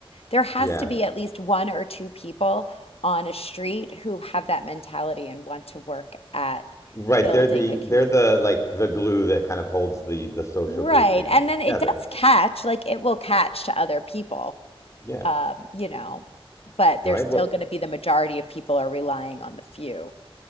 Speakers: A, on the left; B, on the left.
A: There has
B: Yeah.
A: to be at least one or two people on a street who have that mentality and want to work at
B: Right.
A: building
B: They're the
A: a community.
B: they're the like the glue that kind of holds the the social
A: Right.
B: grouping
A: And
B: together.
A: then it does catch, like it will catch to other people,
B: Yeah.
A: um, you know, but
B: Right.
A: there's still
B: Well,
A: going to be the majority of people are relying on the few